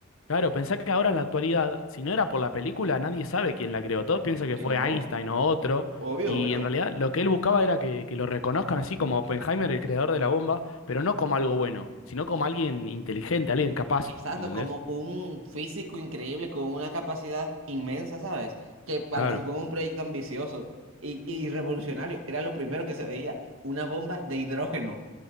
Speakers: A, on the left (about 75°); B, on the right (about 70°).
A: Claro, pensá que ahora en la actualidad, si no era por la película, nadie sabe quién la creó. Todos piensan que
B: Que
A: fue
B: no,
A: Einstein o otro.
B: obvio,
A: Y
B: obvio.
A: en realidad lo que él buscaba era que, que lo reconozcan así como Oppenheimer, el creador de la bomba, pero no como algo bueno, sino como alguien inteligente, alguien capaz.
B: Exacto,
A: ¿Entendés?
B: como un físico increíble con una capacidad inmensa, ¿sabes? Que participó
A: Claro,
B: en un proyecto ambicioso y, y revolucionario. Era lo primero que se veía, una bomba de hidrógeno,